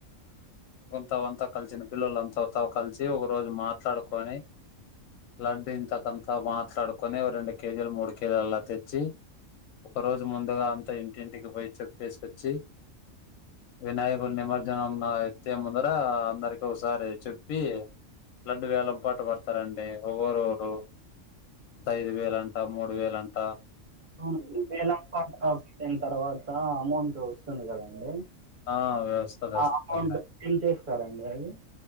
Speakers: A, on the left; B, on the right.
A: తవంత కలిసిన పిల్లల్ అంతా త కలిసి ఒక రోజు మాట్లాడుకొని లడ్డు ఇంతకంత మాట్లాడుకొని ఓ రెండు కేజీలు మూడు కేజీలలా తెచ్చి ఒకరోజు ముందుగా అంత ఇంటింటికి పోయ చెప్పేసొచ్చి వినాయకునిమజ్ జనంన ఎత్తే ముందర అందరికి ఒకసారి చెప్పి లడ్డు వేలం పాట పడతారండి ఒగోరొగరు ఐదు వేలంటా మూడ్ వేలంటా
B: అవునండి వేలం పాట పాడిన తర్వాత అమౌంట్ వస్తుంది కదన్
A: ఆ వస్తది వస్తదండి
B: ఆ అమౌంట్ ఏ చేస్తారండి అది